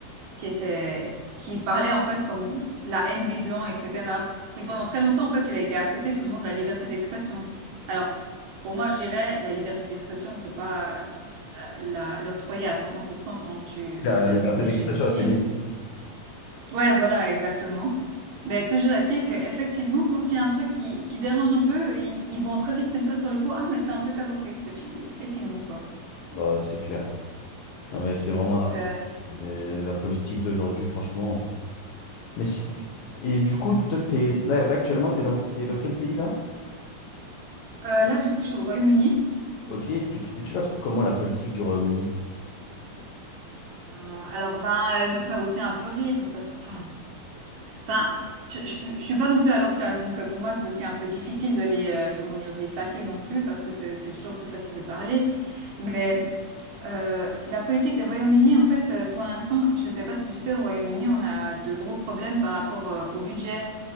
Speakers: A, on the right (about 65°); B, on the left (about 70°).
A: qui était, qui parlait en fait comme la haine des blancs, etc. Puis pendant très longtemps, en fait, il a été accepté sous le nom de la liberté d'expression. Alors, pour moi, je dirais, la liberté d'expression, on peut pas la- la- l'octroyer à 300% quand tu
B: Claire,
A: menaces
B: La liberté
A: pour des
B: d'expression
A: génocides.
B: a ses limites.
A: Ouais, voilà, exactement. Mais toujours est-il que effectivement, quand il y a un truc qui, qui dérange un peu, ils, ils vont très vite mettre ça sur le coup. Ah, mais c'est un peu terroriste. Et puis, et puis non, quoi.
B: Bah, c'est clair. Non, mais c'est vraiment
A: Donc
B: n'importe-
A: euh,
B: les- la politique d'aujourd'hui, franchement. Mais si- Et du coup, toi, t'es... Là, là, actuellement, t'es dans... t'es dans quel pays là?
A: euh, là, du coup, je suis au Royaume-Uni.
B: Ok, et tu... et tu la trouves comment la politique du Royaume-Uni?
A: Euh, alors ben elle me fait aussi un peu rire parce que enfin enfin je je, peux- je suis pas non plus à leur place donc euh, pour moi c'est aussi un peu difficile de les euh, comment dire de les saquer non plus parce que c'est c'est toujours plus facile de parler mais euh, la politique des Royaumes-Unis en fait euh, pour l'instant je sais pas si tu sais au Royaume-Uni on a de gros problèmes par rapport euh, au budget